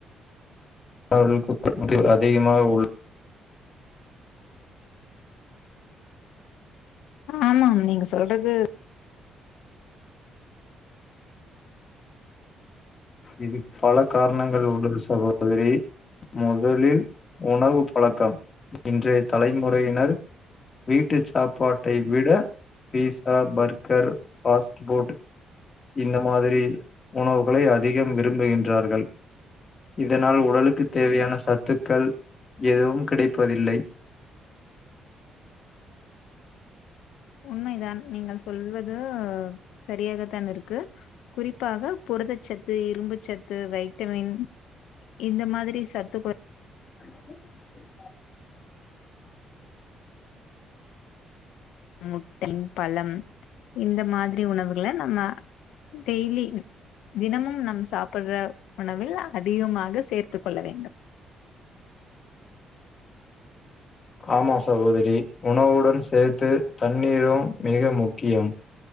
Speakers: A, on the left; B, on the left.
A: மக்களுக்கு முடி அதிகமாக உள்ள
B: ஆமாம் நீங்க சொல்றது
A: இது பல காரணங்கள் உள்ளது சகோதரி முதலில் உணவு பழக்கம் இன்றைய தலைமுறையினர் வீட்டு சப்பாட்டை விட பீஸா பர்கர் ஃபாஸ்ட் ஃபுட் இந்த மாதிரி உணவுகளை அதிகம் விரும்புகின்றார்கள் இதனால் உடலுக்குத் தேவையான சத்துக்கள் எதுவும் கிடைப்பதில்லை
B: உண்மைதான் நீங்கள் சொல்வது சரியாகத்தான் இருக்கு குறிப்பாக புரதச்சத்து இரும்புச்சத்து வைட்டமின் இந்த மாதிரி சத்து
A: <inaudible>
B: முட்டை பழம் இந்த மாதிரி உணவுகள நம்ம டெய்லி தினமும் நம் சாப் பிடற உணவில் அதிகமாக சேர்த்துக் கொள்ள வேண்டும்
A: ஆமா சகோதரி உணவுடன் சேர்த்து தண்ணீரும் மிக முக்கியம்